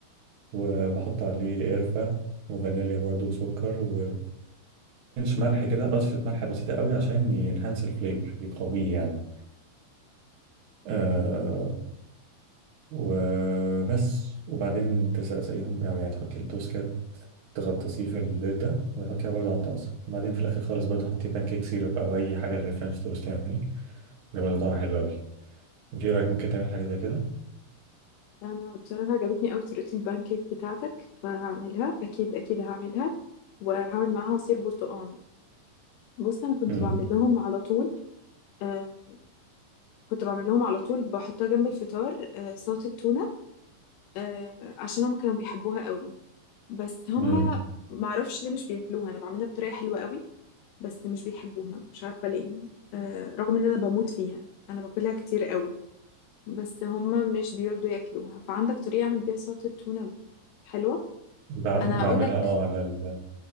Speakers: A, on the right; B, on the left.
A: وبحط عليه قرفة وفانيليا برضو وسكر وبنش ملح كده رشة ملح بسيطة قوي عشان ينهانس الفليفر يقويه يعني آه وبس وبعدين تسقيهم او يعني تحط التوست كده تغطسيه في البيض ده وتحطيها برضه على الطاسة وبعدين في الآخر خالص برضه حطي بانكيك سيرب أو أي حاجة اللي فرنش توست يعني اللي برضه طعمها حلو أوي أنت إيه رأيك ممكن تعملي حاجة زي كده؟
B: انا بصراحه عجبتني قوي طريقه البانكيك بتاعتك فهعملها اكيد اكيد هعملها وهعمل معاها عصير برتقال بص انا كنت
A: امم
B: بعمل لهم على طول آه كنت بعمل لهم على طول بحطها جنب الفطار آه سلطة تونة آه عشان هم كانوا بيحبوها قوي بس هم
A: امم
B: مم. معرفش ليه مش بياكلوها انا بعملها بطريقة حلوة قوي بس مش بيحبوها مش عارفة ليه آه رغم ان انا بموت فيها انا باكلها كتير قوي بس هم مش بيرضوا ياكلوها فعندك طريقة اعمل بيها سلطة تونة حلوة
A: بعم-
B: انا هقول
A: بعملها
B: لك
A: أه على ال